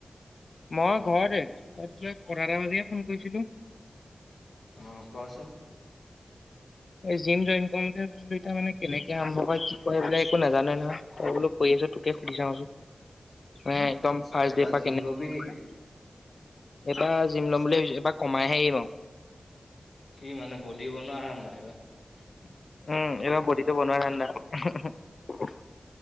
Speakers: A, on the left; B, on the left.
A: মই ঘৰ দে, তই কিবা কথা এটা বুলিহে ফোন কৰিছিলো।
B: অ কচোন
A: জিম জইন কৰিম বুলি ভাবো এতিয়া মানে কেনেকে আৰম্ভ বা কি ক এইবিলাক একো নাজানো নহয়, তই বোলো কৈ পিছত তোকে সুধি চাওচোন, মানে একদম
B: আচ্ছা
A: ফাৰ্ষ্ট
B: এইবাৰ
A: ডে বা
B: জিম
A: কেনে
B: লবি
A: এইবাৰ
B: নেকি
A: জিম ল'ম বুলি ভাবিছো এবাৰ কমাইহে আহিম আৰু।
B: কি মানে বডি বনোৱা হধাই এইবাৰ।
A: উম এইবাৰ বদিটো বনোৱা ঠাণ্ডা, উহু উহু।